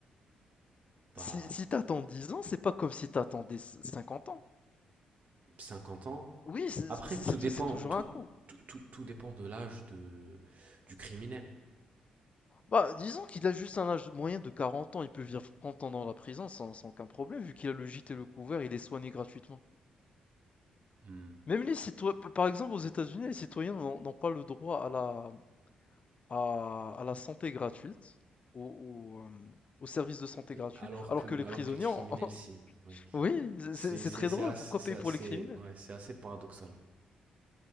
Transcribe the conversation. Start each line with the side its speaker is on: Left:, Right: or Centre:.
Right: bah
Left: Si, si t'attends dix ans, c'est pas comme si t'attendais c- 50 ans.
Right: 50 ans.
Left: Oui, c'est
Right: Après,
Left: c'est-
Right: tout
Left: c'est tou-
Right: dépend,
Left: c'est toujours
Right: tout,
Left: un coup.
Right: tout, tout, tout dépend de l'âge de, du criminel.
Left: Bah, disons qu'il a juste un âge moyen de 40 ans, il peut vivre 30 ans dans la prison sans, sans aucun problème, vu qu'il a le gîte et le couvert, il est soigné gratuitement.
Right: Hmm.
Left: Même les citoyens, par exemple, aux États-Unis, les citoyens n'ont n'ont pas le droit à la, à, à la santé gratuite, au, au, euh, au service de santé
Right: Oui,
Left: gratuit,
Right: alors
Left: alors
Right: que,
Left: que les prisonniers
Right: alors que criminel,
Left: ont... <laughs>
Right: si. Ouais.
Left: Oui, c'est
Right: C'est,
Left: c'est- c'est
Right: c'est,
Left: très
Right: c'est
Left: drôle,
Right: assez,
Left: pourquoi
Right: c'est
Left: payer
Right: assez-
Left: pour les criminels?
Right: ouais, c'est assez paradoxal.